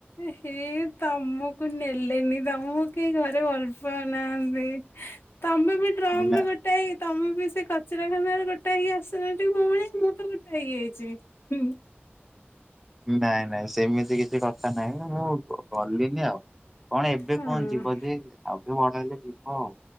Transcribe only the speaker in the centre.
ନାଇଁ
ନାଇଁ ନାଇଁ ସେମିତି କିଛି କଥା ନାହିଁ ମୁଁ ଗଲିନି ଆଉ କଣ ଏବେ
କୁହନ୍ତି ବୋଧେ ଯିବ ଆଉ ଟିକେ ବଡ ହେଲେ ଯିବ ଆଉ